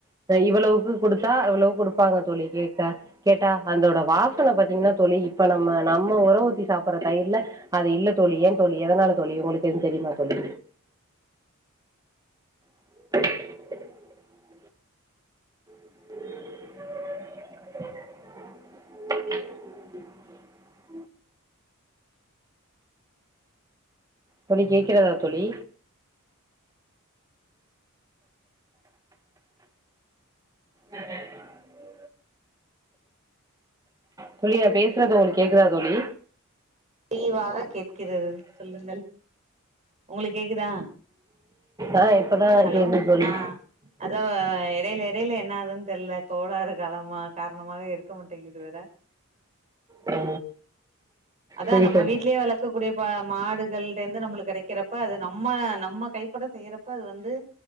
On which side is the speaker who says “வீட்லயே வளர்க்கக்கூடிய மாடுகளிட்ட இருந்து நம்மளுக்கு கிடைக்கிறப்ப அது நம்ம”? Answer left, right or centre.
Right